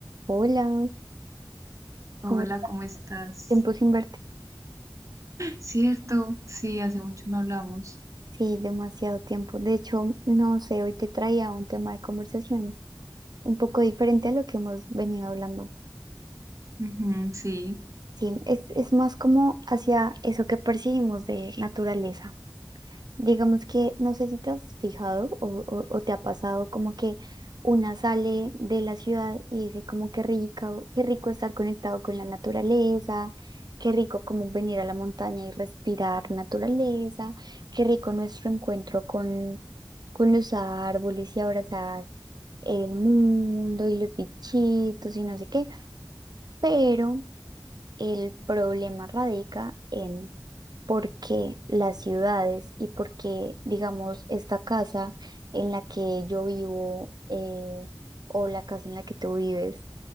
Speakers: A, on the right (about 60°); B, on the right (about 40°).
A: Hola,
B: Hola,
A: ¿cómo estás?
B: ¿cómo estás?
A: Tiempo sin verte.
B: Cierto, sí, hace mucho no hablamos.
A: Sí, demasiado tiempo. De hecho, no sé, hoy te traía un tema de conversación un poco diferente a lo que hemos venido hablando.
B: Ujú, sí,
A: Sí, es, es más como hacia eso que percibimos de naturaleza. Digamos que no sé si te has fijado o, o- o te ha pasado como que una sale de la ciudad y dice como qué rico, qué rico estar conectado con la naturaleza, qué rico como venir a la montaña y respirar naturaleza, qué rico nuestro encuentro con, con los árboles y abrazar el mundo y los bichitos y no sé qué, pero... El problema radica en por qué las ciudades y por qué, digamos, esta casa en la que yo vivo eh, o la casa en la que tú vives